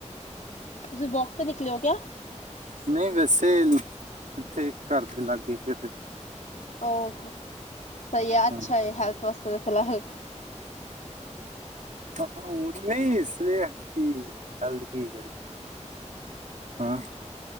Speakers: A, on the left (about 75°); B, on the right (about 85°).
A: ਤੁਸੀਂ ਵੋਕ ਤੇ ਨਿਕਲੇ ਹੋ ਕਿਆ
B: ਨਹੀਂ ਵੈਸੇ ਇੱਥੇ ਘਰ ਦੇ ਲਾਗੇ ਫਿਰ
A: ੋ <inaudible> ਸਹੀ ਅੱਛਾ
B: ਹਾਂ
A: ਹੈਲਥ ਵਾਸਤੇ ਫਿਲਹਾਲ,
B: ਹਾਂ ਉਹ ਨਹੀਂ ਇਸ ਲਈ ਕੀ ਹੈਲਦ ਕੀ ਕਰਦੀ। ਹਾਂ